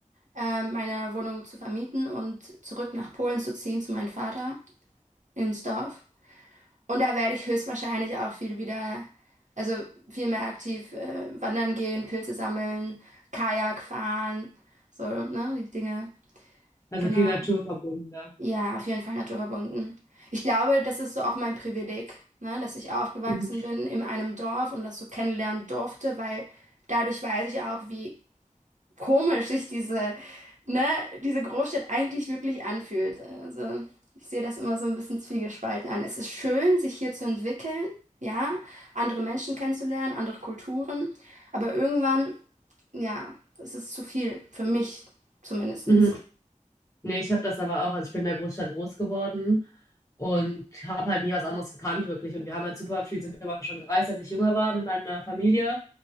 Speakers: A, on the right; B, on the left.
A: ähm, meine Wohnung zu vermieten und zurück nach Polen zu ziehen zu meinem Vater ins Dorf. Und da werde ich höchstwahrscheinlich auch viel wieder, also viel mehr aktiv äh, wandern gehen, Pilze sammeln, Kajak fahren, so, ne, die Dinge.
B: Also
A: Genau.
B: viel Natur verbunden, ja.
A: Ja, auf jeden Fall naturverbunden. Ich glaube, das ist so auch mein Privileg, ne, dass ich aufgewachsen
B: Mhm.
A: bin in einem Dorf und das so kennenlernen durfte, weil dadurch weiß ich auch, wie komisch sich diese, ne, diese Großstadt eigentlich wirklich anfühlt. Also ich sehe das immer so ein bisschen zwiegespalten an. Es ist schön, sich hier zu entwickeln, ja, andere Menschen kennenzulernen, andere Kulturen, aber irgendwann, ja, es ist zu viel, für mich zumindestens.
B: Mhm. Nee, ich habe das aber auch. Also ich bin in der Großstadt groß geworden und habe halt nie was anderes gekannt, wirklich. Und wir haben halt super viel, sind wir aber schon gereist, als ich jünger war mit meiner Familie.